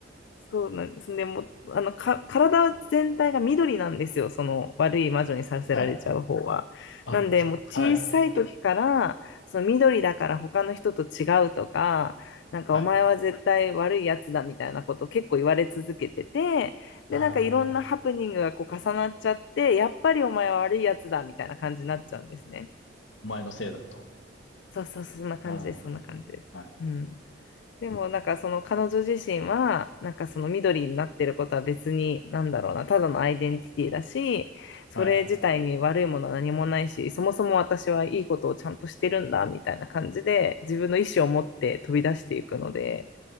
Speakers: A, on the left (about 65°); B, on the left (about 85°).
A: そうなんですね。もう、あの、か、体全体が緑なんですよ。その悪い魔女にさせられちゃう方は。
B: はい。あ、
A: なんで、もう小さい時から、
B: はい。
A: その緑だから他の人と違うとか、なんかお前は絶対悪いやつだみたいなことを結構言われ続けてて、
B: はい。ああ、
A: で、なんかいろんなハプニングがこう重なっちゃって、やっぱりお前は悪いやつだみたいな感じになっちゃうんですね。
B: お前のせいだと。
A: そうそう、そんな感じです。
B: あ
A: そんな感じです。
B: あ、はい。
A: うん。でもなんかその彼女自身はなんかその緑になってることは別になんだろうなただのアイデンティティだしそれ自体に悪いものは何もないしそもそも私はいいことをちゃんとしてるんだみたいな感じで自分の意思を持って飛び出していくので
B: はい。